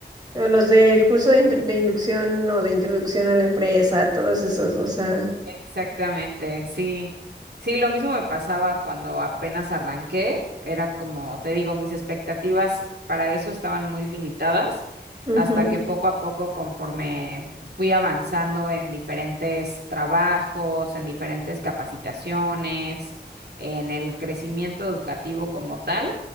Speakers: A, on the right (about 25°); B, on the right (about 70°).
A: o los del curso de, in- de inducción o de introducción a la empresa, todos esos, o sea,
B: Exactamente, sí. Sí, lo mismo me pasaba cuando apenas arranqué. Era como, te digo, mis expectativas para eso estaban muy limitadas,
A: ujú.
B: hasta que poco a poco, conforme fui avanzando en diferentes trabajos, en diferentes capacitaciones, en el crecimiento educativo como tal,